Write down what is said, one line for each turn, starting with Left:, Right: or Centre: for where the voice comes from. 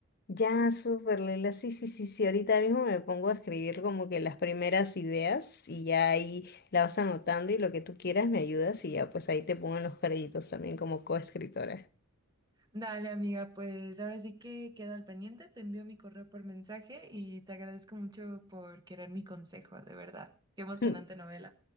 Left: Ya, súper, Leila. Sí, sí, sí, sí. Ahorita mismo me pongo a escribir como que las primeras ideas y ya ahí la vas anotando y lo que tú quieras me ayudas y ya pues ahí te pongo en los créditos también como coescritora.
Right: Dale, amiga, pues ahora sí que quedo al pendiente. Te envío mi correo por mensaje y te agradezco mucho por querer mi consejo, de verdad. Qué emocionante
Left: <laughs>
Right: novela.